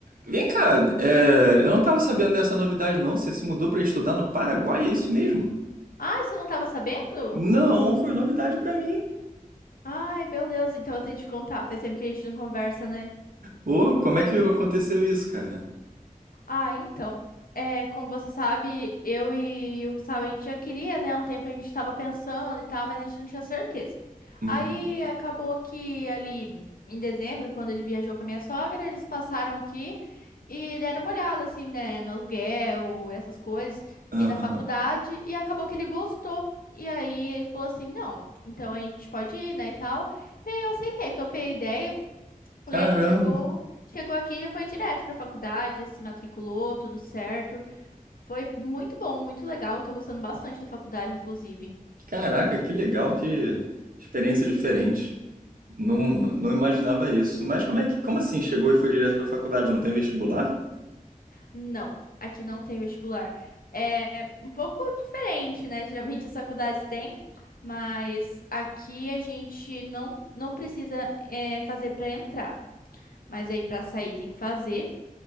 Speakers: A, on the right (about 75°); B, on the left (about 85°).
A: Vem cá, é, eu não tava sabendo dessa novidade não. Você se mudou pra estudar no Paraguai, é isso mesmo?
B: Ai, você não tava sabendo?
A: Não, foi novidade pra mim.
B: Ai, meu Deus, então eu tenho que te contar. Faz tempo que a gente não conversa, né?
A: Ô, como é que aconteceu isso, cara?
B: Ah, então. É, como você sabe, eu e o Gustavo, a gente já queria, né? Um tempo a gente estava pensando e tal, mas a gente não tinha certeza.
A: Uhum.
B: Aí acabou que ali em dezembro, quando ele viajou com a minha sogra, eles passaram aqui e deram uma olhada, assim, né? No aluguel, essas coisas,
A: Aham.
B: e na faculdade, e acabou que ele gostou. E aí ele falou assim: não, então a gente pode ir, né? E tal. E aí eu aceitei, topei a ideia.
A: Caramba.
B: E a gente chegou, chegou aqui e já foi direto pra faculdade, se matriculou, tudo certo. Foi muito bom, muito legal. Eu tô gostando bastante da faculdade, inclusive.
A: Caraca, que legal, que experiência diferente. Não, não imaginava isso. Mas como é que, como assim chegou e foi direto pra faculdade? Não tem vestibular?
B: Não, aqui não tem vestibular. É um pouco diferente, né? Geralmente as faculdades têm, mas aqui a gente não, não precisa é, fazer pra entrar. Mas aí pra sair tem que fazer